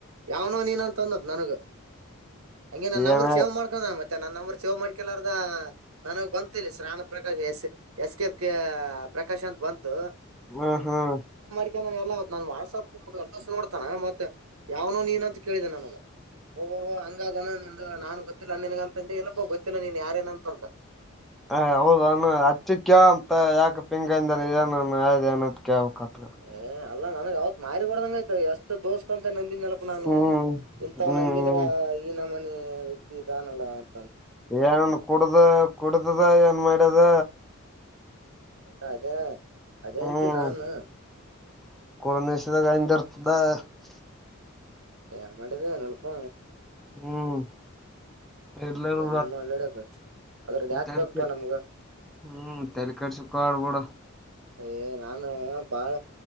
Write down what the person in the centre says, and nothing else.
ಏನ
ಹ್ಮ್ ಹ್ಮ್
ಹ ಹೌದಾನ ಅಚ್ಚಿಕ್ಕ್ಯ ಅಂತ ಯಾಕ ಪಿಂಗಯಂದರ ಏನ ಆಯ್ದ ಏನ. ಕ ವಕತ್ತ <unintelligible>
ಹ್ಮ್
ಹ್ಮ್
ಏನನ್ ಕುಡ್ದ ಕುಡ್ದದ ಏನ್ ಮಾಡ್ಯದ
ಹ್ಮ್
<inaudible> <unintelligible>
ಹ್ಮ್ ಇರ್ಲರ್
ಅದ
ಹ್ಮ್ ತಲ್ಲಿ ಕಸ ಕಾಡ್ಬಡ <unintelligible>